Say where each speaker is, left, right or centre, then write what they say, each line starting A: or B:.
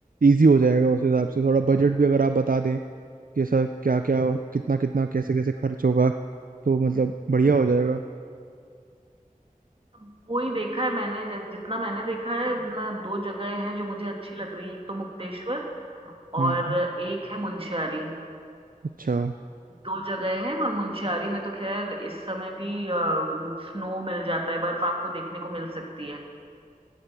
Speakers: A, on the right; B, on the right.
A: इजी हो जाएगा उस हिसाब से थोड़ा बजट भी अगर आप बता दें कि ऐसा क्या क्या कितना कितना कैसे कैसे खर्च होगा तो मतलब बढ़िया हो जाएगा
B: अब वो ही देखा है मैंने जि- जितना मैंने देखा है मैं दो जगह हैं जो मुझे अच्छी लग रही हैं एक तो मुक्तेश्वर
A: हम्म
B: और एक है मुंशियारी
A: अच्छा
B: दो जगह हैं और मुंशियारी में तो खैर इस समय भी स्नो मिल जाता है बर्फ आपको देखने को मिल सकती है